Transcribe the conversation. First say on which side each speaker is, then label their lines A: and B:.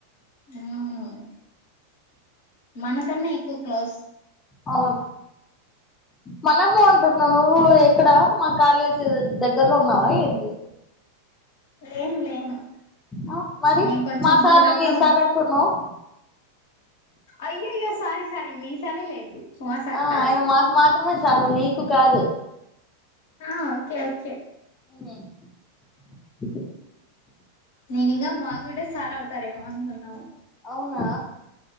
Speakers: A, on the left; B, on the left.
A: ఉమ్ మనకన్నా ఎక్కువ క్లోజ్
B: అవును మనము అంటున్నా నువ్వు ఎక్కడ మా కాలేజీ దగ్గర్లో ఉన్నావా ఏంటి
A: ఏం లేను
B: ఆ మరి
A: నేను కొంచెం
B: మా సార్
A: దూరంగా
B: ను మీ సార్ అంటున్నావ్
A: అయ్యాయో సారి సారి మీ సారే లేండి మా సార్
B: ఆ
A: కాదు
B: ఆయన మాకు మాత్రమే సారు నీ కాదు
A: ఆ ఓకే ఓకే
B: హ్మ్
A: నేను ఇంకా మాక్కూడా సార్ అవుతారేమో అనుకున్నాము
B: అవునా